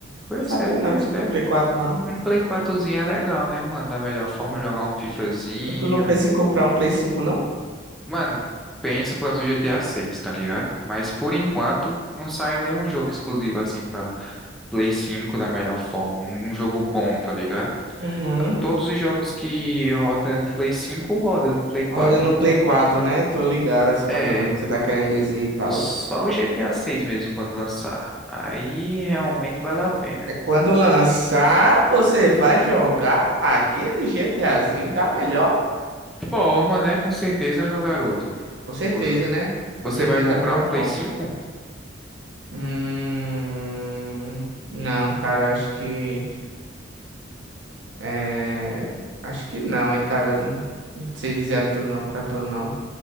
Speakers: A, in the centre; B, on the right.
A: Pois
B: Sabia
A: é, pois
B: não que você tem
A: é.
B: um Play 4, não.
A: Um Play quatrozinho é legal, né, mano? Da melhor forma, jogar um FIFAzinho.
B: É Tu não pensa em comprar um Play 5, não?
A: Mano, penso para o GTA seis tá ligado? Mas por
B: Uhum.
A: enquanto, não saiu nenhum jogo exclusivo assim pra Play 5 da melhor forma. Um um jogo bom, tá ligado?
B: Uhum.
A: Todos os jogos que roda no Play 5 roda no Play quatro
B: Roda no
A: Então,
B: Play 4, né? Tô ligado, assim, mais
A: É,
B: ou menos o que você tá querendo dizer e tal.
A: só o GTA 6 mesmo quando lançar. Aí realmente vale a pena.
B: É quando lançar, você vai jogar aquele GTAzinho da melhor?
A: Forma, né? Com certeza, meu garoto.
B: Com certeza,
A: Vo-
B: né?
A: Você
B: Com certeza
A: vai comprar
B: da melhor
A: um Play
B: forma.
A: 5?
B: Hum, não, cara, acho que é, acho que não, hein, cara, não, não sei dizer a tu não, pra tu não,